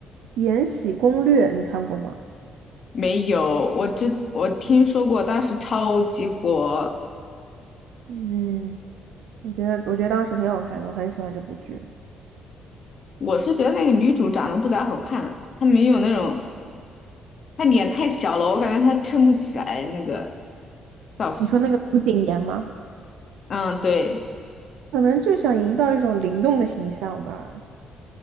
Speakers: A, on the right; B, on the left.
A: 《延禧攻略》你看过吗？
B: 没有，我知我听说过，当时超级火。
A: 嗯，我觉得，我觉得当时挺好看的，我很喜欢这部剧。
B: 我是觉得那个女主长得不咋好看，她没有那种，她脸太小了，我感觉她撑不起来那个造型。
A: 你说那个吴谨言吗？
B: 嗯，对。
A: 可能就想营造一种灵动的形象吧。